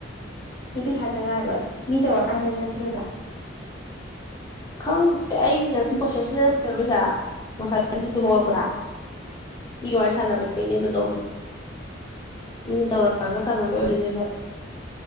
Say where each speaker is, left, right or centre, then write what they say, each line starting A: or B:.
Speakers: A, on the left; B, on the left.
A: ꯅꯨꯄꯤ ꯁꯥ ꯆꯉꯛꯑꯔꯣꯏ ꯃꯤ ꯇꯧꯔꯀꯥꯟꯗ ꯆꯪꯉꯛꯀꯗꯣꯏꯕ
B: ꯈꯪꯗꯦ ꯑꯩꯒꯤ ꯉꯁꯤ ꯄ꯭ꯔꯣꯁꯦꯁ ꯂꯩꯔꯝꯃꯦꯕ ꯄꯩꯁꯥ ꯉꯁꯥꯏ ꯃꯣꯛꯄ꯭ꯔꯥ
A: ꯎꯝ
B: ꯋꯥꯔꯤ
A: ꯎꯝ
B: ꯁꯥꯟꯅꯕꯅꯦꯕꯗꯣ ꯃꯤꯅ ꯇꯧꯔꯛꯑꯒ ꯁꯥꯟꯅꯕ ꯑꯣꯏꯗꯣꯏꯅꯦꯕ